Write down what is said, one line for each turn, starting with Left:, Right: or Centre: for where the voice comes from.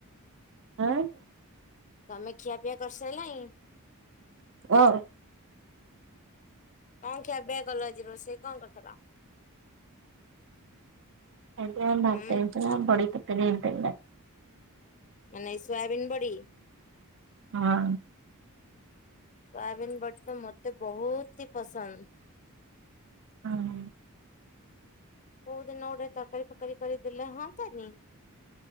Right: ଉଁ?
Left: ତମେ ଖିଆପିଆ କରିସାରିଲଣି?
Right: ଓ?
Left: କଣ ଖିଆ ପିଆ କଲ ଆଜି, ରୋଷଇ କଣ କରିଥିଲ?
Right: ଏମତି ଭାତ
Left: ହୁଁ
Right: ହେଇଥିଲା। ବଡି ତରକାରୀ ହେଇଥିଲା।
Left: ମାନେ ସୋୟାବନ୍ ବଡି?
Right: ହୁଁ।
Left: ସୋୟାବିିନ ବଡି ତ ମତେ ବହୁତ ହି ପସନ୍ଦ।
Right: ହୁଁ।
Left: କୋଉ ଦିନ ଗୋଟେ ତରକାରୀ ଫକାରି କରି ଦେଲେ ହୁଆନ୍ତାନି।